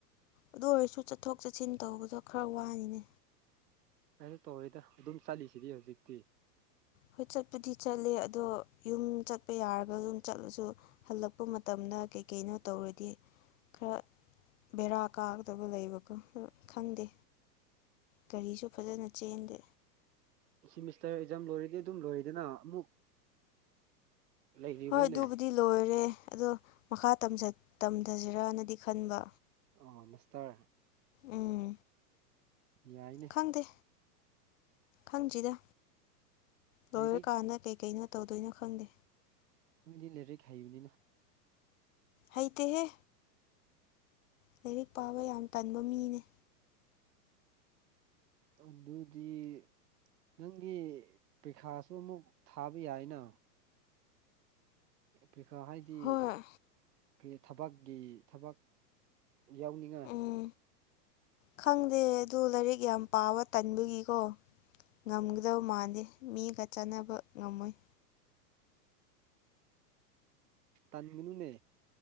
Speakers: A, on the left; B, on the right.
A: ꯑꯗꯨ ꯑꯣꯏꯔꯁꯨ ꯆꯠꯊꯣꯛ ꯆꯠꯁꯤꯟ ꯇꯧꯕꯗꯣ ꯈꯔ ꯋꯥꯅꯤꯅꯦ
B: ꯀꯩꯁꯨ ꯇꯧꯔꯣꯏꯗ ꯑꯗꯨꯝ ꯆꯠꯂꯤꯁꯤꯗꯤ ꯍꯧꯖꯤꯛꯇꯤ
A: ꯍꯣꯏ ꯆꯠꯄꯨꯗꯤ ꯆꯠꯂꯦ ꯑꯗꯣ ꯌꯨꯝ ꯆꯠꯄ ꯌꯥꯔꯒ ꯑꯗꯨꯝ ꯆꯠꯂꯁꯨ ꯍꯜꯂꯛꯄ ꯃꯇꯝꯗ ꯀꯩꯀꯩꯅꯣ ꯇꯧꯔꯗꯤ ꯈꯔ ꯕꯦꯔꯥ ꯀꯥꯒꯗꯕ ꯂꯩꯕꯀꯣ ꯈꯪꯗꯦ ꯒꯥꯔꯤꯁꯨ ꯐꯖꯅ ꯆꯦꯟꯗꯦ
B: ꯁꯤꯃꯤꯁꯇꯔ ꯑꯦꯛꯖꯥꯝ ꯂꯣꯏꯔꯗꯤ ꯑꯗꯨꯝ ꯂꯣꯏꯔꯦꯗꯅ ꯑꯃꯨꯛ ꯂꯩꯔꯤꯕ꯭ꯔꯥꯅꯦ
A: ꯍꯣꯏ ꯑꯗꯨꯕꯨꯗꯤ ꯂꯣꯏꯔꯦ ꯑꯗꯣ ꯃꯈꯥ ꯇꯝꯊꯁꯤꯔꯅꯗꯤ ꯈꯟꯕ
B: ꯑ ꯃꯁꯇꯔ
A: ꯎꯝ
B: ꯌꯥꯏꯅꯦ
A: ꯈꯪꯗꯦ ꯈꯪꯗ꯭ꯔꯤꯗ ꯂꯣꯏꯔꯀꯥꯟꯗ
B: ꯂꯥꯏꯔꯤꯛ
A: ꯀꯩꯀꯩꯅꯣ ꯇꯧꯗꯣꯏꯅꯣ ꯈꯪꯗꯦ
B: ꯇꯃꯤꯗꯤ ꯂꯩꯔꯩ ꯈꯥꯏꯌꯅꯤꯅ
A: ꯍꯩꯇꯍꯦ ꯂꯥꯏꯔꯤꯛ ꯄꯥꯕ ꯌꯥꯝ ꯇꯟꯕ ꯃꯤꯅꯦ
B: ꯑꯗꯨꯗꯤ ꯅꯪꯒꯤ ꯄꯔꯤꯈꯥꯁꯨ ꯑꯃꯨꯛ ꯊꯥꯕ ꯌꯥꯏꯅ ꯄꯩꯈꯥ ꯍꯥꯏꯗꯤ
A: ꯍꯣꯏ
B: ꯑꯩꯈ ꯊꯕꯛꯀꯤ ꯊꯕꯛ ꯌꯥꯎꯅꯤꯡꯉꯥꯏ
A: ꯎꯝ ꯈꯪꯗꯦ ꯑꯗꯨ ꯂꯥꯏꯔꯤꯛ ꯌꯥꯝ ꯄꯥꯕ ꯇꯟꯕꯒꯤꯀꯣ ꯉꯝꯒꯗꯕ ꯃꯥꯟꯗꯦ ꯃꯤꯒ ꯆꯥꯟꯅꯕ ꯉꯝꯃꯣꯏ
B: ꯇꯥꯟꯒꯅꯨꯅꯦ